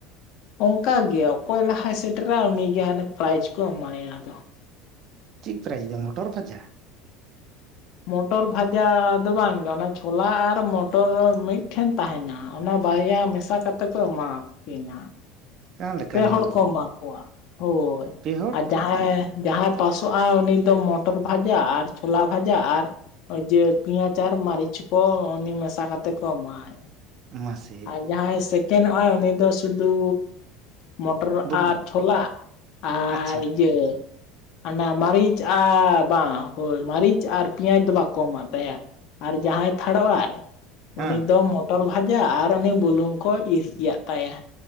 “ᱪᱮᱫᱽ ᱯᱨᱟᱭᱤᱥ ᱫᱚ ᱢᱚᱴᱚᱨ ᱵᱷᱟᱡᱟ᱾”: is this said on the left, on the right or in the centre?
Right